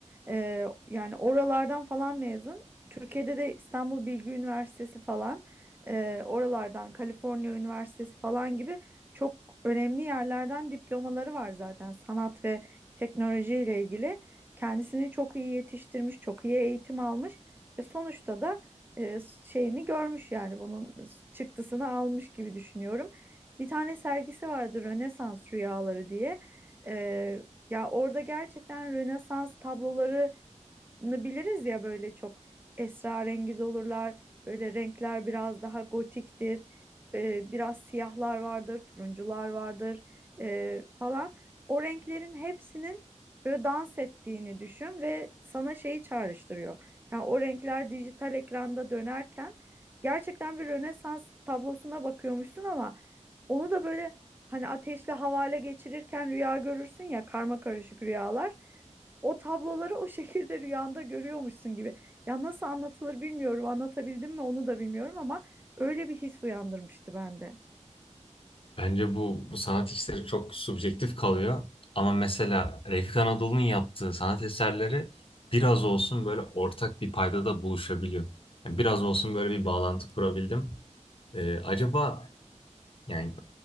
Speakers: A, on the right; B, on the left.
A: E, yani oralardan falan mezun. Türkiye'de de İstanbul Bilgi Üniversitesi falan e, oralardan Kaliforniya Üniversitesi falan gibi çok önemli yerlerden diplomaları var zaten sanat ve teknolojiyle ilgili kendisini çok iyi yetiştirmiş, çok iyi eğitim almış. E, sonuçta da e, şeyini görmüş yani bunun çıktısını almış gibi düşünüyorum. Bir tane sergisi vardı Rönesans Rüyaları diye. E, ya orada gerçekten Rönesans tabloları biliriz ya böyle çok esrarengiz olurlar. Böyle renkler biraz daha gotiktir. Ee, biraz siyahlar vardır, turuncular vardır ee, falan. O renklerin hepsinin böyle dans ettiğini düşün ve sana şeyi çağrıştırıyor. Yani o renkler dijital ekranda dönerken gerçekten bir Rönesans tablosuna bakıyormuşsun ama onu da böyle hani ateşle havale geçirirken rüya görürsün ya karma karışık rüyalar. O tabloları o şekilde rüyanda görüyormuşsun gibi. Ya nasıl anlatılır bilmiyorum. Anlatabildim mi onu da bilmiyorum ama öyle bir his uyandırmıştı bende.
B: Bence bu, bu sanat işleri çok subjektif kalıyor. Ama mesela Refik Anadolu'nun yaptığı sanat eserleri biraz olsun böyle ortak bir paydada buluşabiliyor. Yani biraz olsun böyle bir bağlantı kurabildim. Ee, acaba yani